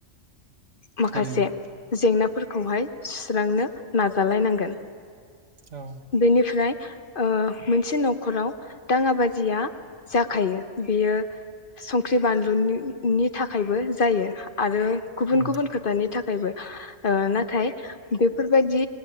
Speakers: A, on the left (about 45°); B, on the right (about 70°).
A: माखासे
B: थारैनो।
A: जेंनाफोरखौहाय सुस्रांनो नाजालायनां गोन
B: औ
A: बेनिफ्राय ओ मोनसे न' खराव दाङा बाजिया जाखायो बेयो संख्रि बानलुनि नि थाखायबो जायो। आरो गुबुन
B: औ
A: गुबुन खोथानि था खायबो। ओ नाथाय बेफोरबायदि